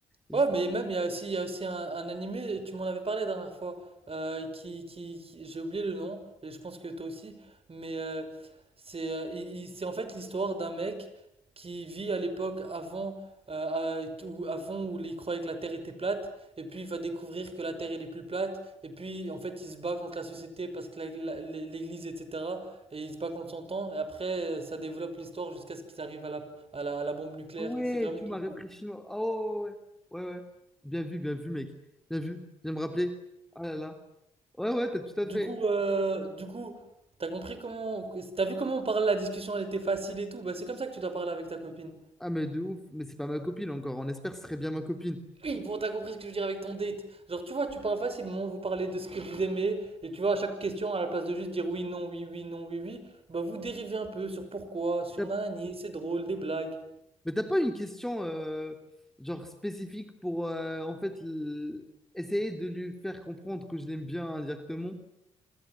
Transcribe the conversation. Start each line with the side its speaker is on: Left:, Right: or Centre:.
Centre: Juste,
Right: Ouais, mais même, il y a aussi, il y a aussi un, un animé, tu m'en avais parlé la dernière fois, euh, qui, qui, qui- j'ai oublié le nom, et je pense que toi aussi, mais euh, c'est euh, il- il- c'est en fait l'histoire d'un mec qui vit à l'époque avant, euh, euh, où, avant où il croyait que la Terre était plate, et puis il va découvrir que la Terre elle est plus plate, et puis en fait il se bat contre la société parce que la- la- l'Église, etc., et il se bat contre son temps, et après ça développe l'histoire jusqu'à ce qu'ils arrivent à la, à la, à la bombe nucléaire,
Centre: Ah ouais,
Right: et c'est vraiment
Centre: tu
Right: trop
Centre: m'as réfléchi.
Right: cool.
Centre: moi. Ah ouais, ouais, ouais. ouais. ouais. Bien vu, bien vu, mec. Bien vu. Viens me rappeler. Ah là là. Ouais, ouais, t'as tout à
Right: Du
Centre: fait.
Right: coup, euh, du coup, t'as compris comment, t'as vu comment on parle, la discussion, elle était facile et tout. Bah, c'est comme ça que tu dois parler avec ta copine.
Centre: Ah, mais de ouf. Mais c'est pas ma copine encore. On espère que ce serait bien ma copine.
Right: Oui, bon, t'as compris ce que je veux dire avec ton date. Genre, tu vois, tu parles facilement, vous parlez de ce que vous aimez, et tu vois, à chaque question, à la place de juste dire oui, non, oui, oui, non, oui, oui, bah, vous dérivez un peu sur pourquoi, sur
Centre: T'as-
Right: nanani, c'est drôle, des blagues.
Centre: Mais t'as pas une question euh, genre spécifique pour euh, en fait l- essayer de lui faire comprendre que je l'aime bien indirectement?